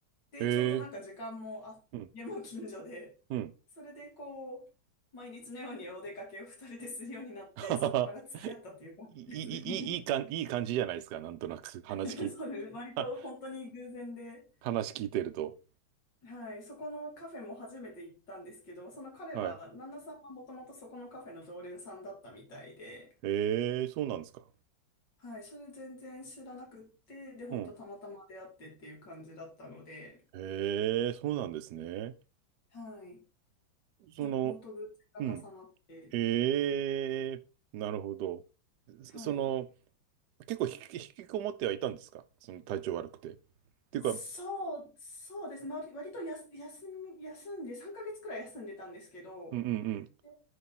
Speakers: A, on the left; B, on the right.
A: で、
B: ええ、
A: ちょうどなんか時間もあって、
B: うん、
A: 家も近所で、
B: うん。
A: それでこう、毎日のようにお出かけを二人でするようになって、
B: <laughs> ははは
A: そこから付き合ったという感じですね。
B: いい、いい、いいかん、いい感じじゃないですか、なんとなく、話聞い、
A: <laughs> そうです。
B: <laughs>
A: 割と本当に偶然で、
B: は話聞いてると。
A: はい、そこのカフェも初めて行ったんですけど、その彼は、
B: はい。
A: 旦那さんはもともとそこのカフェの常連さんだったみたいで、
B: ええ、そうなんですか。
A: はい、それ全然知らなくって、で、本当たまたま出会ってっていう感じだったので、
B: うん。ええ、そうなんですね。
A: はい。
B: その、
A: なんで、本当偶然が重なって、
B: うん。ええ、なるほど。そその、
A: はい。
B: 結構引き、引きこもってはいたんですかその体調悪くて。っていうか、
A: そう、
B: うん
A: そうですね。まあ割割とやす休み、休んで、3ヶ月くらい休んでたんですけど、
B: うんうん
A: で